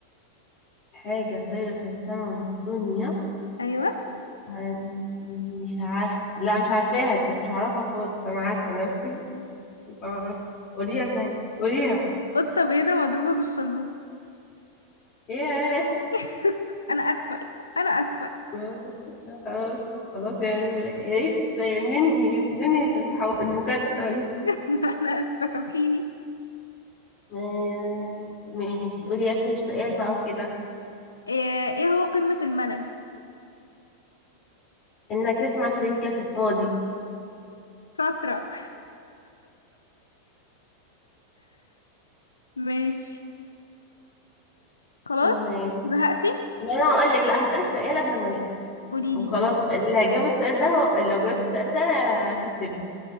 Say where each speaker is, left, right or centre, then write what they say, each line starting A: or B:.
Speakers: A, on the left; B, on the left.
A: حاجة طايرة في السماء بتطول نيا
B: ايوه
A: هن- مش عارفة لا مش عارفاها دي مش عارفة خالص أنا عارفة نفسي مش عارفة. قوليها صحيح قوليها
B: قطة بيضة مضروبة بالشلوط
A: ياه
B: <laughs> انا اسفة انا اسفة
A: <laughs> خلاص خلاص يعني يا ريت ننهي ننهي الحو... المكالمة دي
B: <laughs> انا اسفة سامحيني
A: آه، ماشي قولي آخر سؤال بقى كده
B: ايه إيه هو قمة الملل
A: إنك تسمع شريط كاسيت فاضي
B: شاطرة <laughs> ماشي خلاص
A: ماشي
B: زهقتي
A: لا، أنا هقول لك لا هسألك سؤال قبل ما نقفل
B: قوليلي
A: وخلاص
B: طيب
A: بقى اللي هجاوب السؤال ده هو... لو جاوبت السؤال ده كسبت